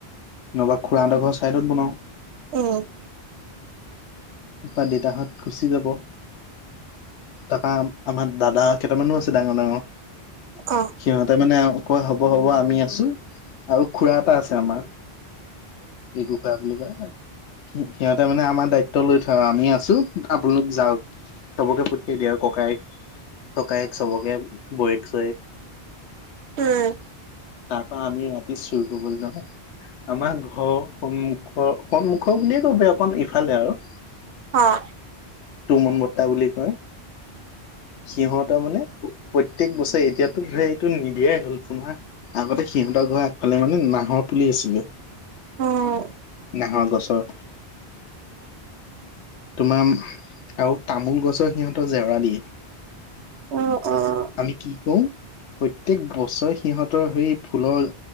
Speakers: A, on the left; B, on the right.
A: নহবা খুৰা হঁতৰ ঘৰৰ চাইডত বনাওঁ।
B: উম।
A: তাৰপৰা দেউতাহঁত গুচি যাব তাৰপা আমাৰ দাদা কেইটামানো আছে ডাঙৰ, ডাঙৰ।
B: অ'।
A: সিহঁতে মানে কয় হ'ব, হ'ব আমি আছোঁ আৰু খুৰা এটা আছে আমাৰ। <unintelligible> বুলি কয়, সিহঁতে মানে আমাৰ দায়িত্ব লৈ থয় আৰু আমি আছোঁ। আপোনালোক যাওঁক চবকে পঠিয়াই দিয়ে আৰু ককায়েক। ককায়েক চবকে বৌয়েক চৌয়েক।
B: উম।
A: তাৰপা আমি ৰাতি চুৰ কৰিবলে যাওঁ। আমাৰ ঘৰৰ সন্মুখৰ, সন্মুখৰ বুলিয়ে ক'ব অকমান ইফালে আৰু।
B: অ'।
A: তুমন বৰ্তা বুলি কয় সিঁহতৰ মানে প্ৰত্যেক বছৰে এতিয়াতোটো <unintelligible> নিদিয়াই হ'ল তোমাৰ, আগতে সিহঁতৰ ঘৰ আগ ফালে মানে নাহৰ পুলি আছিলে।
B: অ'।
A: নাহৰ গছৰ তোমাৰ আৰু তামোল গছৰ সিহঁতৰ জেওৰা দিয়ে।
B: অ', অ'।
A: আমি কি কৰোঁ প্ৰত্যেক বছৰে সিহঁতৰ সেই ফুলৰ